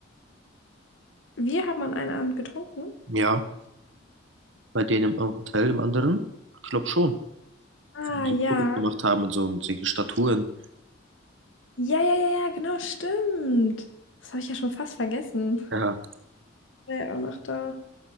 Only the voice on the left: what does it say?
Wir haben an einem Abend getrunken.
Ah,
ja.
Ja, ja, ja, ja, genau, stimmt. Das habe ich ja schon fast vergessen.
War ja auch noch da.